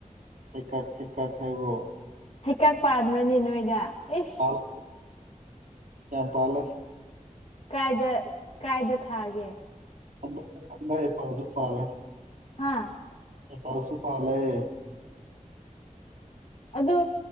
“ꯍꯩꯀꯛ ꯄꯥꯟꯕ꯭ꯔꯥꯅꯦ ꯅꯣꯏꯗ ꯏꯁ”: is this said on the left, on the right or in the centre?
Left